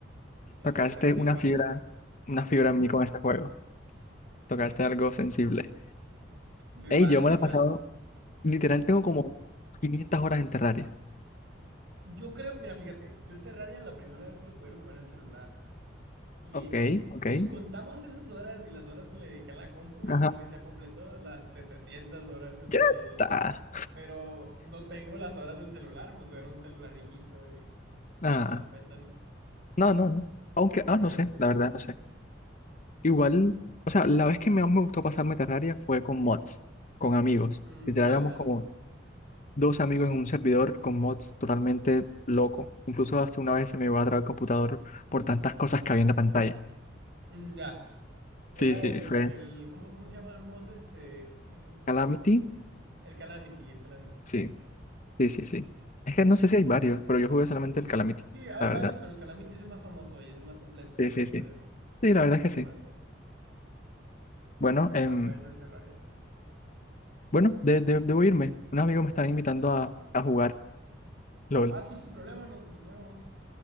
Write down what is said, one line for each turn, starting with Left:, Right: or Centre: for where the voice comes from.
Right: Sí,
Left: Tocaste
Right: el Terraria
Left: una
Right: igual.
Left: fibra, una fibra en mí con este juego. Tocaste algo sensible.
Right: Yo igual,
Left: Ey, yo me
Right: yo
Left: lo
Right: igual.
Left: he pasado. Literal, tengo como 500 horas en Terraria.
Right: Yo creo, mira, fíjate, yo el Terraria la primera vez que lo jugué lo jugué en el celular. Y
Left: Ok,
Right: eh,
Left: ok.
Right: si contamos esas horas y las horas que le dediqué en la compu, yo
Left: Ajá.
Right: creo que se ha completado las 700 horas entre
Left: Ya
Right: los dos.
Left: está.
Right: Pero no tengo las horas del celular, pues era un celular viejito y, y
Left: Ah,
Right: no te las cuenta, ¿no?
Left: no, no, no. Aunque, ah,
Right: Pero
Left: no sé,
Right: sí.
Left: la verdad, no sé. Igual, o sea, la vez que más me gustó pasarme Terraria fue con mods, con amigos.
Right: Mm,
Left: Literal,
Right: ya,
Left: éramos
Right: al,
Left: como dos amigos en un servidor con mods totalmente loco. Incluso hasta una vez se me iba a trabar el computador por tantas cosas que había en la pantalla.
Right: Mm, ya. Era
Left: Sí, sí,
Right: el,
Left: fue
Right: el ¿cómo, cómo se llama el mod este? Eh, el
Left: Calamity.
Right: típico que... El Calamity, el Calamity.
Left: Sí, sí, sí, sí.
Right: Sí.
Left: Es que no sé si hay varios, pero yo jugué solamente el Calamity,
Right: Sí, hay
Left: la
Right: varios,
Left: verdad.
Right: pero el Calamity es el más famoso y es el más completo,
Left: Sí,
Right: entonces
Left: sí, sí. Sí, la
Right: es
Left: verdad
Right: el
Left: es que
Right: que más
Left: sí.
Right: mete.
Left: Bueno,
Right: Está
Left: em,
Right: bueno el Terraria.
Left: bueno, de- de- debo irme. Unos amigos me están invitando a, a jugar LOL.
Right: Ah, sí, sin problema, no- nos vemos.